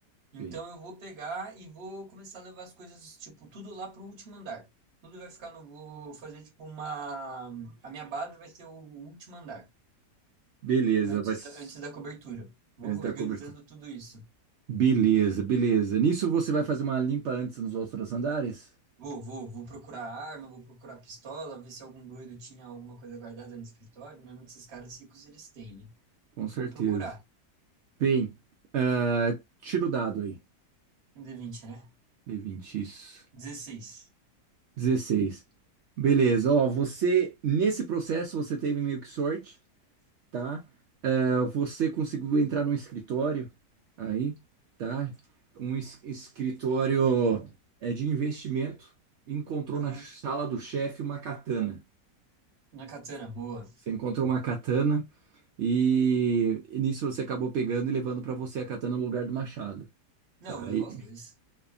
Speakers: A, on the right; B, on the right.
A: Então
B: bem.
A: eu vou pegar e vou começar a levar as coisas, tipo, tudo lá pro último andar. Tudo vai ficar no. Vou fazer, tipo, uma. A minha base vai ser o último andar,
B: Beleza,
A: antes
B: vai s-
A: da, antes da cobertura. Vou
B: antes
A: organizando
B: da cobertura.
A: tudo isso.
B: Beleza, beleza. Nisso você vai fazer uma limpa antes nos outros andares?
A: Vou, vou, vou procurar arma, vou procurar pistola, ver se algum doido tinha alguma coisa guardada no escritório. Normalmente esses caras ricos eles têm, né?
B: Com certeza.
A: Vou procurar.
B: Bem, ah, tira o dado aí.
A: Um d vinte, né?
B: d vinte isso.
A: 16.
B: 16. Beleza, ó, você, nesse processo, você teve meio que sorte. tá? É, você conseguiu entrar num escritório aí, tá? Um es- escritório é, de investimento. Encontrou
A: Aham.
B: na sala do chefe uma katana.
A: Na katana, boa.
B: Você encontrou uma katana e, e nisso você acabou pegando e levando para você a katana no lugar do machado,
A: Não,
B: tá?
A: eu vou levar
B: aí
A: os dois.